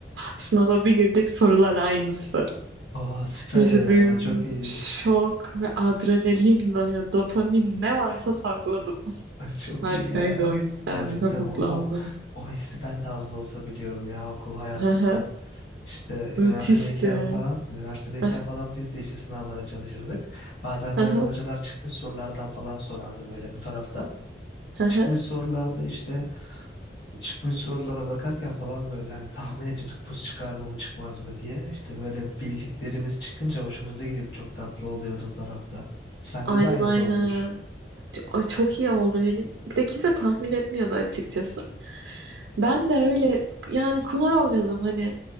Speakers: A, on the right (about 85°); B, on the left (about 75°).
A: Sınava bir girdik sorular aynısı.
B: Aa süper
A: Yaşadığım
B: ya. Çok iyi.
A: şok ve adrenalin böyle dopamin ne varsa sakladım.
B: Ay, Çok
A: <laughs> Harikaydı
B: iyi ya.
A: o yüzden
B: Ya cidden
A: çok mutlu
B: o, o,
A: oldum.
B: o hissi ben de az da olsa biliyorum ya okul hayatımda.
A: Hı hı.
B: İşte üniversitedeyken
A: Müthişti.
B: falan, üniversitedeyken
A: Hı
B: falan biz de işte sınavlara çalışırdık. Bazen
A: hı
B: böyle hocalar çıkmış sorulardan falan sorardı böyle bu tarafta.
A: hı hı.
B: Çıkmış sorularda işte çıkmış sorulara bakarken falan böyle hani tahmin ediyorduk bu çıkar mı bu çıkmaz mı diye. İşte böyle bildiklerimiz çıkınca hoşumuza gidiyordu. Çok tatlı oluyordu o tarafta. Sende
A: Aynen
B: de aynısı
A: aynen.
B: olmuş.
A: Ç- Ay çok iyi oldu benim. Bir de kimse tahmin etmiyordu açıkçası. Ben de öyle yani kumar oynadım hani.